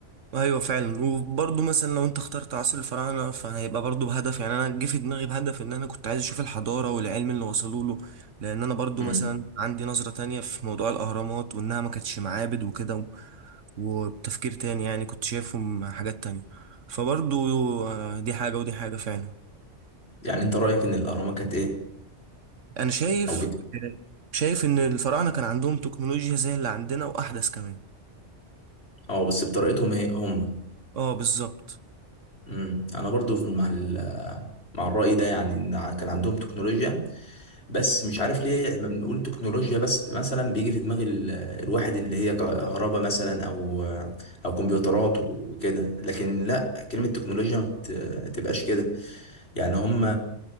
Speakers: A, on the right; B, on the left.
A: ايوه فعلا وبرضه مثلا لو انت اخترت عصر الفراعنه فهيبقى برضه بهدف يعني انا جه في دماغي بهدف ان انا كنت عايز اشوف الحضاره والعلم اللي وصلوا له لان انا برضه
B: مم.
A: مثلا عندي نظره تانية في موضوع الاهرامات وانها ما كانتش معابد وكده و- وبتفكير تاني يعني كنت شايفهم حاجات تانية فبرضه آه، دي حاجه ودي حاجه فعلا
B: يعني انت رأيك ان الاهرامات كانت ايه
A: انا شايف
B: او بت...
A: آه، شايف ان الفراعنه كان عندهم تكنولوجيا زي اللي عندنا واحدث كمان
B: اه بس بطريقتهم هي هم
A: اه بالظبط
B: امم انا برضو في- مع ال- مع الرأي ده يعني ان ع- كان عندهم تكنولوجيا بس مش عارف ليه لما بنقول تكنولوجيا بس مثلا بيجي في دماغ ال- الواحد اللي هي كهرباء مثلا او او كمبيوترات وكده لكن لا كلمة تكنولوجيا ما بت- تبقاش كده يعني هم